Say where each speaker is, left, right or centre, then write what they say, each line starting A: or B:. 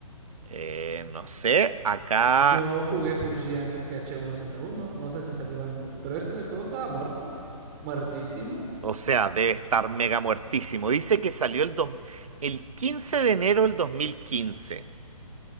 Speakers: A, on the right; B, on the right.
A: Eh, no sé, acá,
B: Yo jugué PUBG antes que h uno z uno, no sé si salió antes, pero ese ese juego estaba muerto, muertísimo.
A: o sea, debe estar mega muertísimo. Dice que salió el, dos- el 15 de enero del 2015.